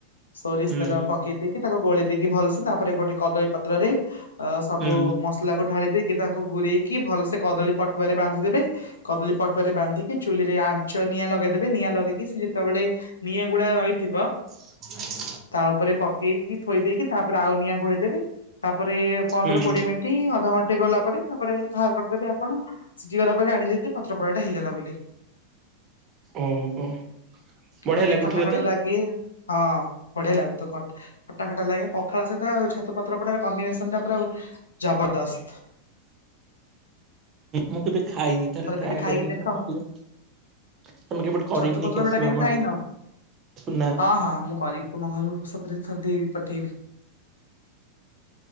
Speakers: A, on the left; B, on the right.
A: ସୋରିଷ
B: ହୁଁ।
A: ତେଲ ପକେଇଦି କି ତାକୁ ଗୋଳେଇ ଦେଇକି ଭଲସେ ତାପରେ ଗୋଟେ କଦଳୀ ପତ୍ରରେ ଅ ସବୁ
B: ହୁଁ
A: ମସଲାକୁ ଢାଳି ଦେଇକି ତା ଗୁରେଇକି ଭଲ ସେ କଦଳୀ ପଟୁଆରେ ବାନ୍ଧିଦେବେ କଦଳୀ ପଟୁଆରେ ବାନ୍ଧିକି ଚୁଲିରେ ଆଞ୍ଚ ନିଆଁ ଲଗେଇଦେବେ, ନିଆଁ ଲଗେଇକି ସେ ଯେତବେଳେ ନିଆଁ ଗୁଡ଼ା ରହିଥିବ।
B: <inaudible>
A: ତା ଉପରେ ପକେଇକି ଥୋଇ ଦେଇକି ତାପରେ ଆଉ ନିଆଁ ଘୋଡ଼େଇ ଦେବେ। ତାପରେ ପନ୍ଦର
B: ହୁଁ
A: କୋଡିଏ ମିନିଟ ଅଧଘଣ୍ଟେ ସିଜିଗଲା ପରେ ତାପରେ ବାହାର କରିଦେବେ ଆପଣ ସିଜିଗଲା ପରେ ଜାଣିଦେବେ ଯେ ପତ୍ର ପୋଡ଼ାଟା ହେଇଗଲା ବୋଲି।
B: ଓହୋ ବଢିଆ
A: ଯଦି
B: ଲାଗୁଥିବ
A: ଖଟା ଖଟା
B: ତ?
A: ଲାଗେ ହଁ ବଢିଆ ଲାଗୁଚି ତ ଖଟା। ଖଟା ଖଟା ଲାଗେ ପଖାଳ ସହିତ ଛତୁ ପତ୍ର ପୋଡା କମ୍ବିନେସନ ଟା ପୁରା ଜବରଦସ୍ତ।
B: ମୁଁ କେବେ ଖାଇନି ଥରେ ଟ୍ରାଏ
A: କେବେ ଖାଇକି
B: କରିବି।
A: ଦେଖ
B: <unintelligible> ତମେ କେବେ କରିିକି
A: ଛତୁ ପତ୍ର
B: ନେଇକି ଆସିବ
A: ପୋଡା କେବେ
B: ଆମ
A: ଖାଇନ?
B: ଆଡ଼କୁ ଥୁନା।
A: ହଁ ହଁ ମୁଁ କରିକି ତମ ଘରକୁ ସତରେ ଥରେଟେ ପଠେଇବି।